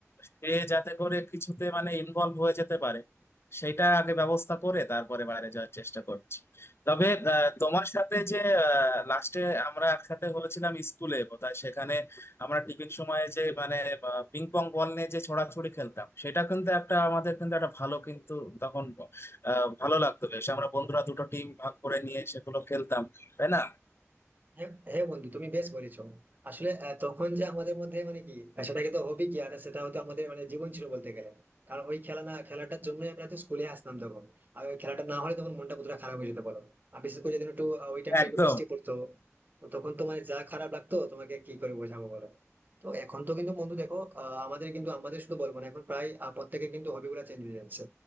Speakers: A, on the left; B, on the right.
A: সে যাতে করে কিছুতে মানে ইনভলভ হয়ে যেতে পারে সেটা আগে ব্যবস্থা করে তারপরে বাইরে যাওয়ার চেষ্টা করছি তবে আহ, তোমার সাথে যে লাস্টে আমরা একসাথে হয়েছিলাম স্কুলে বোধহয় সেখানে আমরা টিফিন সময়ে যে মানে পিং পং বল নিয়ে যে ছোড়াছুড়ি খেলতাম সেটা কিন্তু একটা আমাদের কিন্তু একটা ভালো কিন্তু তখন আহ, ভালো লাগতো বেশ আমরা বন্ধুরা দুটো টিম ভাগ করে নিয়ে সেগুলো খেলতাম তাই না
B: হ্যাঁ হ্যাঁ বন্ধু তুমি বেশ বলেছো আসলে আহ, তখন যে আমাদের মধ্যে মানে কি আহ, সেটাকে তো হবি কি আর সেটা হয়তো আমাদের মানে জীবন ছিল বলতে গেলে কারণ ওই খেলা না খেলাটার জন্যই আমরা তো স্কুলে আসতাম তখন আর ওই খেলাটা না হলে তখন মনটা কতটা খারাপ হয়ে যেতে পারো আর বিশেষ করে যেদিন একটু আহ, ওই টাইমটা
A: একদম
B: একটু বৃষ্টি পড়তো তো তখন তো মানে যা খারাপ লাগতো তোমাকে কি করে বোঝাবো বলো তো এখন তো কিন্তু বন্ধু দেখো আহ, আমাদের কিন্তু আমাদের শুধু বলবো না এখন প্রায় আহ, প্রত্যেকের কিন্তু হবি গুলা চেঞ্জ হয়ে যাচ্ছে